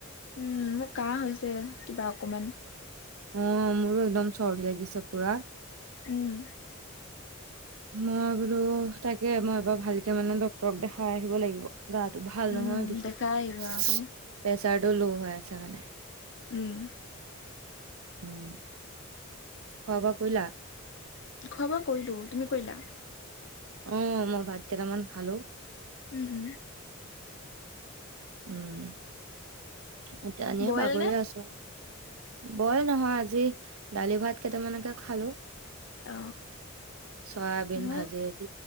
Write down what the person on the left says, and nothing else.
উম মোৰ কাহ হৈছে কিবা অকমান।
উম।
উম,
দেখাই আহিবা আকৌ।
উম।
খোৱা বোৱা কয়িলো তুমি কয়িলা
উম উম
বইল
নে?
অ
ন